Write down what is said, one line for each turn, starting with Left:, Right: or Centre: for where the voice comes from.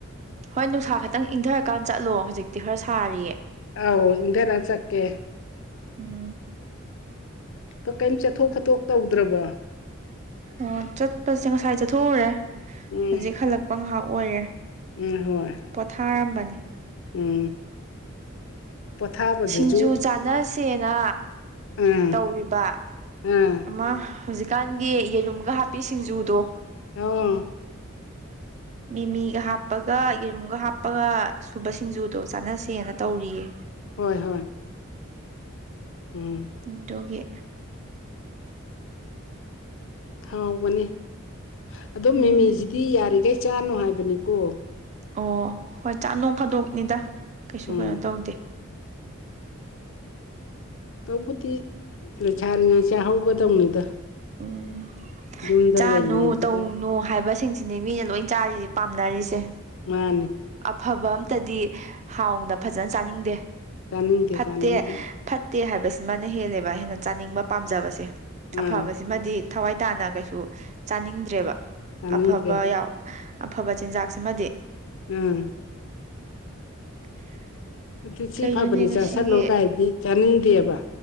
Right: ꯍꯣꯏ ꯅꯨꯡꯁꯥ ꯈꯛꯇꯪ ꯏꯪꯗꯔꯀꯥꯟ ꯆꯠꯂꯣ ꯍꯧꯖꯤꯛꯇꯤ ꯈꯔ ꯁꯥꯔꯤꯌꯦ
Left: ꯑꯧ ꯏꯪꯗꯔ ꯆꯠꯀꯦ
Right: ꯎꯝ
Left: ꯄ ꯀꯩꯝ ꯆꯠꯊꯣꯛ ꯈꯣꯠꯇꯣꯛ ꯇꯧꯗ꯭ꯔꯕꯣ
Right: ꯑꯣ ꯆꯠꯄꯁꯦ ꯉꯁꯥꯏ ꯆꯠꯊꯣꯛꯎꯔꯦ
Left: ꯎꯝ
Right: ꯍꯧꯖꯤꯛ ꯍꯜꯂꯛꯄ ꯉꯥꯏꯍꯥꯛ ꯑꯣꯏꯔꯦ
Left: ꯎꯝ ꯍꯣꯏ
Right: ꯄꯣꯊꯥꯔꯝꯕꯅꯤ
Left: ꯎꯝ ꯄꯣꯊꯥꯕꯗꯨꯁꯨ
Right: ꯁꯤꯡꯖꯨ ꯆꯥꯅꯁꯦꯅ
Left: ꯎꯝ
Right: ꯇꯧꯔꯤꯕ
Left: ꯎꯝ
Right: ꯑꯃ ꯍꯧꯖꯤꯛꯀꯥꯟꯒꯤ ꯌꯦꯔꯨꯝꯒ ꯍꯥꯞꯄꯤ ꯁꯤꯡꯖꯨꯗꯣ
Left: ꯑꯣ
Right: ꯃꯤꯃꯤꯒ ꯍꯥꯞꯄꯒ ꯌꯦꯔꯨꯝꯒ ꯍꯥꯞꯄꯒ ꯁꯨꯕ ꯁꯤꯡꯖꯨꯗꯣ ꯆꯥꯟꯅꯁꯦꯅ ꯇꯧꯔꯤꯌꯦ
Left: ꯍꯣꯏ ꯍꯣꯏ ꯎꯝ
Right: ꯏꯟꯇꯨꯒꯤ
Left: ꯍꯥꯎꯕꯅꯤ ꯑꯗꯣ
Right: ꯎꯝ
Left: ꯃꯤꯃꯤꯖꯤꯗꯤ ꯌꯥꯔꯤꯒꯩ ꯆꯥꯅꯣ ꯍꯥꯏꯕꯅꯤꯀꯣ
Right: ꯑꯣ ꯍꯣꯏ ꯆꯥ ꯅꯣꯡ ꯐꯥꯗꯣꯛꯅꯤꯗ ꯀꯩꯁꯨ
Left: ꯎꯝ
Right: ꯀꯩꯅꯣ ꯇꯧꯗꯦ
Left: ꯇꯧꯕꯨꯗꯤ ꯂꯩꯁꯥꯔꯤꯉꯩ ꯆꯥꯍꯧꯒꯗꯧꯅꯤꯗ
Right: ꯎꯝ
Left: ꯌꯨꯝꯗ
Right: ꯆꯥꯅꯨ
Left: ꯂꯩꯔꯤꯉꯩꯁꯤꯗ
Right: ꯇꯧꯅꯨ ꯍꯥꯏꯕꯁꯤꯡꯁꯤꯅꯦ ꯃꯤꯅ ꯂꯣꯏ ꯆꯥꯔꯤꯁꯦ ꯄꯥꯝꯅꯔꯤꯁꯦ
Left: ꯃꯥꯅꯦ
Right: ꯑꯐꯕ ꯑꯝꯇꯗꯤ ꯍꯥꯎꯅ ꯐꯖꯅ ꯆꯥꯅꯤꯡꯗꯦ
Left: ꯆꯥꯅꯤꯡꯗꯦ
Right: ꯐꯠꯇꯦ
Left: ꯆꯥꯅꯤꯡꯗꯦ
Right: ꯐꯠꯇꯦ ꯍꯥꯏꯕꯁꯤꯃꯅ ꯍꯦꯜꯂꯦꯕ ꯕ ꯍꯦꯟꯅ ꯆꯥꯅꯤꯡꯕ ꯄꯥꯝꯖꯕꯁꯦ
Left: ꯑꯥ
Right: ꯑꯐꯕꯁꯤꯃꯗꯤ ꯊꯋꯥꯏ ꯇꯥꯅ ꯀꯩꯁꯨ ꯆꯥꯅꯤꯡꯗ꯭ꯔꯦꯕ
Left: ꯆꯥꯅꯤꯡꯗ꯭ꯔꯦ
Right: ꯑꯐꯕ ꯌꯥꯏ ꯑꯐꯕ ꯆꯤꯟꯖꯥꯛꯁꯤꯃꯗꯤ
Left: ꯎꯝ
Right: <inaudible>
Left: ꯑꯗꯨ ꯁꯤ
Right: ꯀꯩꯅꯣꯅꯦ
Left: ꯐꯕꯅꯤ
Right: ꯉꯁꯤꯒꯤ
Left: ꯆꯥꯁꯤꯜꯂꯣ ꯀꯥꯏꯗꯤ ꯆꯥꯅꯤꯡꯗꯦꯕ